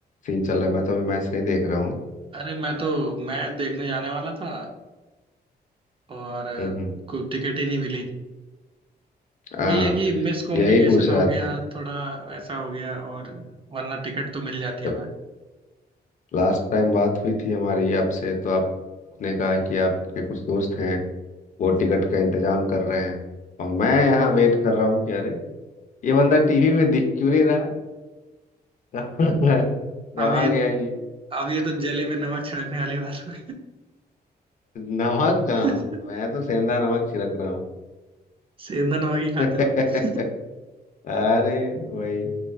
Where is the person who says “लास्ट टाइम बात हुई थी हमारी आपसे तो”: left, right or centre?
Left